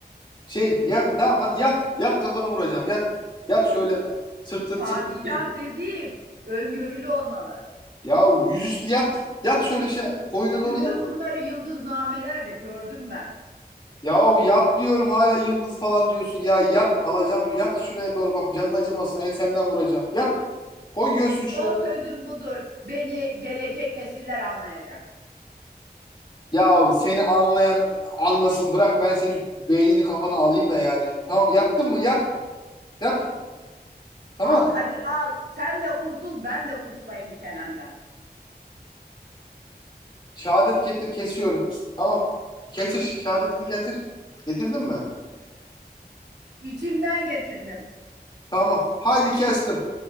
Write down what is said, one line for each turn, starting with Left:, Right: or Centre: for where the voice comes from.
Left: Şey ya ne ama yat. Yat kafanı vuracağım. Yat. Yat şöyle. Sırtın
Right: Padişah
Left: sırtın değil.
Right: dediğin öngörülü olmalı.
Left: Yahu yüzüstü yat. Yat şöyle şey koyuna
Right: Bütün
Left: doğru yat.
Right: bunları yıldıznamelerde gördüm ben.
Left: Yahu yat diyorum hala yıldız falan diyorsun. Ya yat alacağım yat şuraya doğru bak canın acımasın ensenden vuracağım. Yat koy göğsünü şuraya.
Right: Son sözüm budur. Beni gelecek nesiller anlayacak.
Left: Yahu seni anlayan anlasın bırak ben senin şu beynini kafana alayım da yani. Tamam yattın mı yat yat tamam.
Right: Al hadi al. Sen de kurtul, ben de kurtulayım bu çenenden.
Left: Şehadet getir kesiyorum. Tamam. Getir şehadetini getir. Getirdin mi?
Right: İçimden getirdim.
Left: Tamam. Haydi kestim.